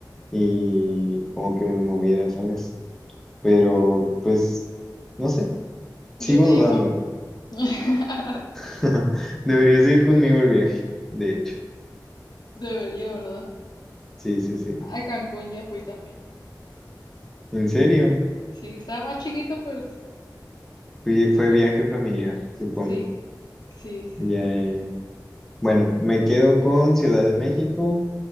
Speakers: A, in the centre; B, on the left.
A: y como que me moviera, ¿sabes? Pero pues, no sé, sigo
B: yo te
A: dudándolo.
B: llevo. <laughs>
A: <laughs> Deberías ir conmigo al viaje, de hecho.
B: Debería, ¿verdad?
A: Sí, sí, sí.
B: A Cancún ya fui también.
A: ¿En serio?
B: Sí, estaba más chiquito, pero sí.
A: Fui- fue
B: claro.
A: viaje familiar, supongo.
B: Sí, sí, sí,
A: Ya,
B: sí.
A: eh, Bueno, me quedo con Ciudad de México,